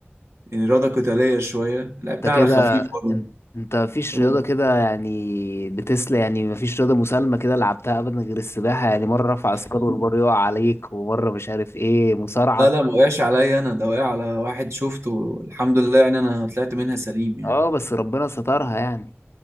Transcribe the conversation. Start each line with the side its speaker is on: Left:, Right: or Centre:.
Right: يعني رياضه قتاليه شويه لعبتها
Left: انت كده
Right: على خفيف برضه
Left: انت, انت مفيش
Right: أوه.
Left: رياضة كده يعني بتسلى يعني مفيش رياضة مسالمة كده لعبتها ابدا غير السباحة يعني مرة رفع اثقال
Right: <laughs>
Left: والبار يقع عليك ومرة مش عارف ايه مصارعة
Right: لا لا ما وقعش عليا انا ده وقع على واحد شفته الحمد لله يعني انا طلعت منها سليم يعني
Left: اه بس ربنا سترها يعني